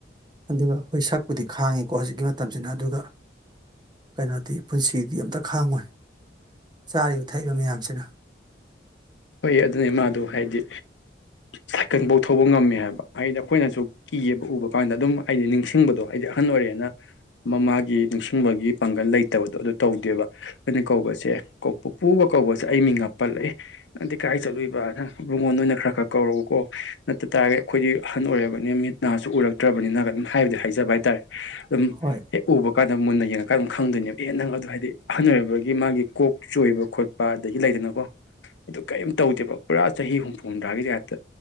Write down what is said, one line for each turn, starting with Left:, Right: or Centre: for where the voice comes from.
Right: ꯑꯗꯨꯒ ꯑꯈꯣꯏ ꯁꯛꯄꯨꯗꯤ ꯈꯥꯡꯉꯤꯀꯣ ꯍꯧꯖꯤꯛꯀꯤ ꯃꯇꯝꯁꯤꯅ ꯑꯗꯨꯒ ꯀꯩꯅꯣꯗꯤ ꯄꯨꯟꯁꯤꯗꯤ ꯑꯝꯇ ꯈꯥꯡꯉꯣꯏ ꯆꯥꯔꯤꯕ ꯊꯛꯏꯕ ꯃꯌꯥꯝꯁꯤꯅ
Left: ꯍꯣꯏ ꯑꯗꯨꯅꯦ ꯃꯥꯗꯣ ꯍꯥꯏꯗꯤ ꯁꯥꯏꯀꯟꯕꯧ ꯊꯧꯕ ꯉꯝꯃꯦ ꯍꯥꯏꯕ ꯍꯥꯏꯗꯤ ꯑꯩꯈꯣꯏꯅꯁꯨ ꯀꯤꯌꯦꯕ ꯎꯕ ꯀꯥꯟꯗ ꯑꯗꯨꯝ ꯍꯥꯏꯗꯤ ꯅꯤꯡꯁꯤꯡꯕꯗꯣ ꯍꯥꯏꯗꯤ ꯑꯍꯟ ꯑꯣꯏꯔꯦꯅ ꯃꯃꯥꯒꯤ ꯅꯤꯡꯁꯤꯡꯕꯒꯤ ꯄꯥꯡꯒꯟ ꯂꯩꯇꯕꯗꯣ ꯑꯗꯨ ꯇꯧꯗꯦꯕ ꯈꯣꯢꯅ ꯀꯧꯕꯁꯦ ꯀꯣ ꯄꯨꯄꯨꯨꯒ ꯀꯧꯕꯁꯦ ꯑꯩ ꯃꯤꯡꯒ ꯄꯜꯂꯛ ꯑꯦ ꯅꯪꯗꯤ ꯀꯥꯏ ꯆꯠꯂꯨꯏꯕꯅ ꯢꯕꯨꯡꯉꯣ ꯅꯣꯏꯅ ꯈꯔ ꯈꯔ ꯀꯧꯔꯎꯀꯣ ꯅꯠꯇ ꯇꯥꯔ ꯑꯈꯣꯏꯗꯤ ꯑꯍꯟ ꯑꯣꯏꯔꯕꯅꯤꯟ ꯃꯤꯠ ꯅꯥꯁꯨ ꯎꯔꯛꯇ꯭ꯔꯕꯅꯤꯅꯒ ꯑꯗꯨꯝ ꯍꯥꯏꯕꯨꯗꯤ ꯍꯥꯏꯖꯕ ꯍꯥꯏꯇꯥꯔꯦ ꯑꯗꯨꯝ
Right: ꯍꯣꯏ
Left: ꯍꯦꯛ ꯎꯕ ꯀꯥꯟꯗ ꯃꯨꯟꯅ ꯌꯦꯡꯉꯀꯥꯟꯗ ꯑꯗꯨꯝ ꯈꯪꯗꯣꯏꯅꯦꯕ ꯑꯦ ꯅꯪ ꯑꯗꯨ ꯍꯥꯏꯗꯤ ꯑꯣꯏꯔꯛꯄꯒꯤ ꯃꯥꯒꯤ ꯀꯣꯛ ꯆꯣꯏꯕ ꯈꯣꯠꯄ ꯄꯥꯗꯒꯤ ꯂꯩꯗꯅꯀꯣ ꯑꯗꯨ ꯀꯔꯤꯝ ꯇꯧꯗꯦꯕ ꯄꯨꯔꯥ ꯆꯍꯤ ꯍꯨꯝꯐꯨ ꯍꯨꯝꯗ꯭ꯔꯥꯒꯤ ꯇꯥꯏꯞꯇ